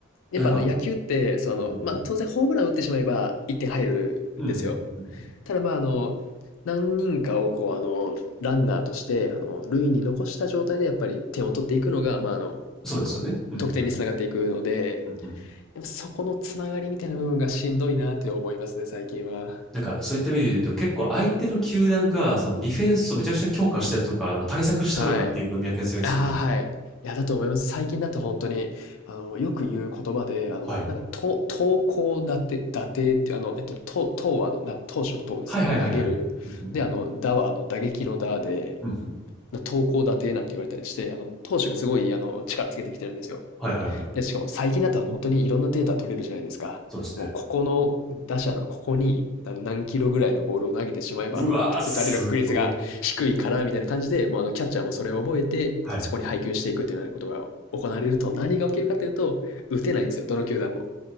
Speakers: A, on the left; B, in the centre.
A: やっぱあの野球って、
B: なんか、
A: その、
B: うんうん
A: まあ当然ホームラン打ってしまえば1点入るんですよ。
B: うんうんうんうんうん
A: ただまあ、あの、何人かをこう、あの、ランナーとして、あの、塁に残した状態でやっぱり点を取っていくのが、まあ、あの、
B: そうですよね。
A: こう、
B: うんうん
A: 得点につながっていくので、
B: うんうん
A: やっぱそこのつながりみたいな部分がしんどいなって思いますね、最近は。
B: なんか、そういった意味で言うと、結構相手の球団が、その、ディフェンスをめちゃくちゃ強化してるとか、あの、対策してるとかっていう文脈が強いんですかね。
A: はい。ああ、はい。いや、だと思います。最近だと本当に、あの、よく言う言葉で、あの、
B: はい。
A: なんか、と投高打て打てっていう、あの、えっと、と投はあの、な投手の投ですね。
B: はいはいはいはい。
A: 投げる。
B: うんうん
A: で、あの、打はあの、打撃の打で、
B: うんうん
A: 投高打低なんて言われたりして、あの、投手がすごい、あの、力つけてきてるんですよ。
B: はいはいはい。
A: で、しかも最近だと、あの、本当にいろんなデータ取れるじゃないですか。
B: そうですね。
A: もう、ここの、打者のここに、あの、何キロぐらいのボールを投げてしまえば、
B: うわー、
A: あの、打打たれる確率が低いから、
B: すごい
A: みたいな感じで、もう、あの、キャッチャーもそれを覚えて、
B: はい。
A: そこに配球していくっていうようなことが行われると、何が起きるかというと、打てないんですよ、どの球団も。